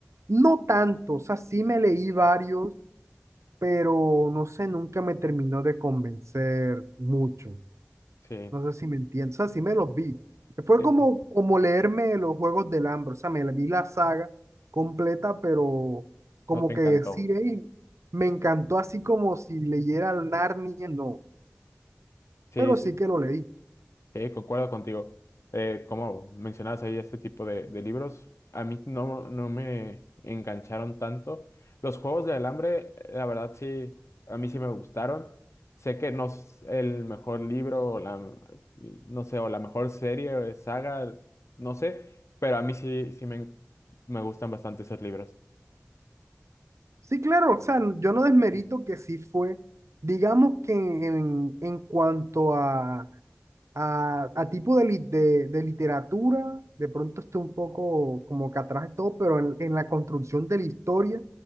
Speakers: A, on the right (about 80°); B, on the left (about 75°).
A: no tanto, o sea, sí me leí varios, pero no sé, nunca me terminó de convencer mucho.
B: Sí,
A: No sé si me entiendes. O sea, sí me los vi. Fue
B: sí,
A: como,
B: sí.
A: como leerme los Juegos del Hambre. O sea, me vi la saga completa, pero como
B: No te
A: que
B: encantó.
A: decir, "Ey, me encantó así como si leyera el Narnia, no.
B: sí
A: Pero
B: sí
A: sí que lo leí.
B: Sí, concuerdo contigo. Eh, como mencionabas ahí, este tipo de, de libros, a mí no, no me engancharon tanto. Los juegos del hambre, eh, la verdad sí, a mí sí me gustaron. Sé que no es el mejor libro, o la, no sé, o la mejor serie o saga, no sé, pero a mí sí, sí me, me gustan bastante esos libros.
A: Sí, claro, o sea, yo no desmerito que sí fue. Digamos que en, en cuanto a, A, a tipo de, li- de, de literatura, de pronto estoy un poco como que atrás de todo, pero en, en la construcción de la historia,